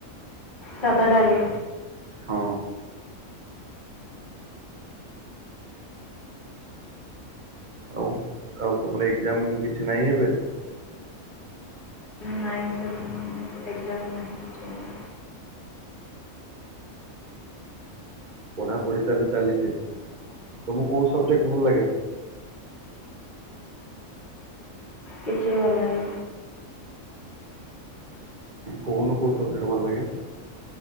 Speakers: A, on the left; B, on the right.
A: ସାଧା ଡାଲି
B: ହଁ। ଆଉ ଆଉ ତମର ଏକଜାମ କିଛି ନାଇଁ ଏବେ
A: ନାହିଁ ସେମ ଏକ୍ଜାମ ନାହିଁ କିଛି ଏବେ
B: ପଢାପଢି ତାହେଲେ ଚାଲିଛି ତମକୁ କୋଉ ସବଜେକ୍ଟ ଭଲ ଲାଗେ
A: କିଛି ବି ଭଲଲାଗେନି
B: କହୁନା କଉ ସବଜେକ୍ଟ ଭଲ ଲାଗେ।